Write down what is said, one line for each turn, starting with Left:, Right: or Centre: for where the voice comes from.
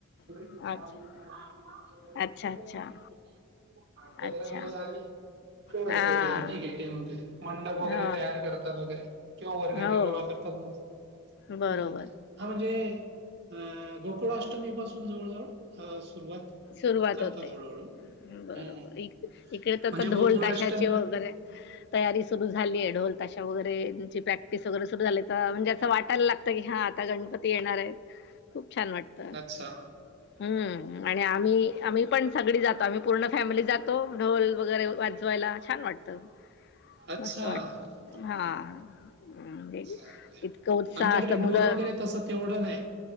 Left: आहे
Right: बी चव
Left: अच्छा
Right: <unintelligible>
Left: अच्छा अच्छा
Right: आठ पंधरा
Left: अच्छा
Right: दिवस आधी कळत
Left: हा
Right: की हटी घे ठेवून ते. मंडप वगैरे
Left: हा
Right: तयार करतात वगैरे किंवा वर्गनिक
Left: हो
Right: गोळा करतात हम्म.
Left: बरोबर
Right: हा म्हणजे अ गोकुळाष्टमी पाासून जवळ जवळ ह सुरुवात
Left: सुरुवात
Right: करतात
Left: होते
Right: हळूहळू.
Left: बरोबर
Right: हम्म, हम्म.
Left: इ इकडे तर
Right: म्हणजे
Left: आ ढोल
Right: गोकुळाष्टमी
Left: ताशाचे वगैरे तयारी सुरु झाली आहे ढोल तशा वगैरेची प्रॅक्टिस वगैरे सुरु झाली तर म्हणजे असं वाटायला लागत की हा आता गणपती येणार आहेत खूप छान वाटत
Right: अच्छा
Left: हम्म. आणि आम्ही आम्ही पण सगळी जातो आम्ही पूर्ण फॅमिली जातो तो ढोल वगैरे वाजवायला छान वाटत. मस्त
Right: अच्छा
Left: वाट
Right: हम्म.
Left: हा.
Right: हम्म.
Left: हम्
Right: चांगलंय.
Left: इतक उत्साह
Right: आमच्याकडे
Left: अस
Right: ढोल
Left: मुलं
Right: वगैरे तसं तेवढं नाही